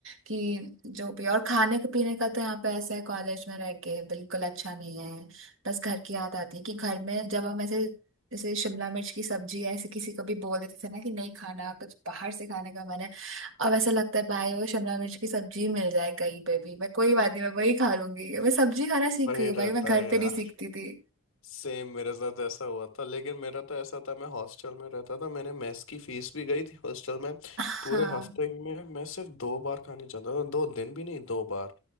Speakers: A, on the right (about 65°); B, on the left (about 75°).
A: कि जो भी और खाने के पीने का तो यहाँ पे ऐसा है कॉलेज में रह के बिल्कुल अच्छा नहीं है बस घर की याद आती है कि घर में जब हम ऐसे जैसे शिमला मिर्च की सब्जी ऐसे किसी को भी बोल देते थे ना कि नहीं खाना कुछ बाहर से खाने का मन है अब ऐसा लगता है भाई वो शिमला मिर्च की सब्जी मिल जाए कहीं पे भी मैं कोई बात नहीं मैं वही खा लूंगी मैं सब्जी खाना सीख
B: वही
A: गई हूँ भाई
B: रहता
A: मैं घर
B: है
A: पे
B: यार
A: नहीं सीखती थी
B: सेम मेरे साथ ऐसा हुआ था लेकिन मेरा तो ऐसा था मैं हॉस्टल में रहता था मैंने मेस की फीस भी गई थी हॉस्टल में
A: हाँ
B: पूरे हफ्ते में मैं सिर्फ दो बार खाने जाता था दो दिन भी नहीं दो बार